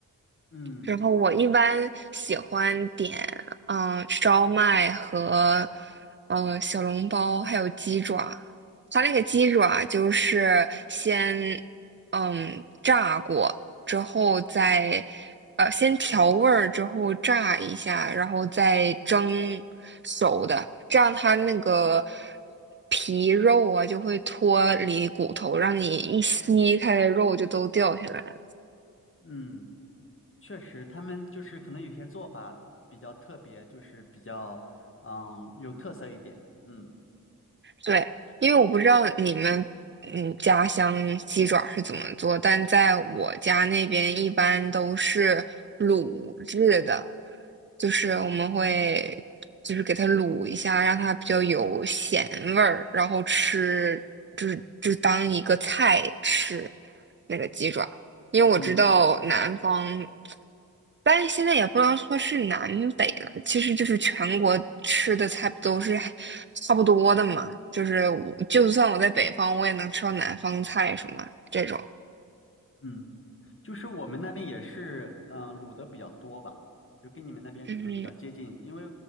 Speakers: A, on the left (about 35°); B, on the right (about 35°).
A: 嗯
B: 然后我一般喜欢点，嗯、烧麦和，嗯、小笼包，还有鸡爪。它那个鸡爪就是先，嗯，炸过之后再，呃，先调味儿之后炸一下，然后再蒸熟的，这样它那个皮肉啊就会脱离骨头，让你一吸，它的肉就都掉下来了
A: 嗯，确实，他们就是可能有些做法比较特别，就是比较嗯有特色一点。嗯
B: 对，因为我不知道你们嗯家乡鸡爪是怎么做，但在我家那边一般都是卤制的，就是我们会就是给它卤一下，让它比较有咸味儿，然后吃就是就当一个菜吃那个鸡爪。因为我知道南方，
A: 嗯
B: 但是现在也不能说是南北了，其实就是全国吃的菜不都是还差不多的嘛。就是我就算我在北方，我也能吃到南方菜什么这种。
A: 嗯，就是我们那边也是嗯、呃卤的比较多吧，就跟你们那边可能比较接近，
B: 嗯
A: 因为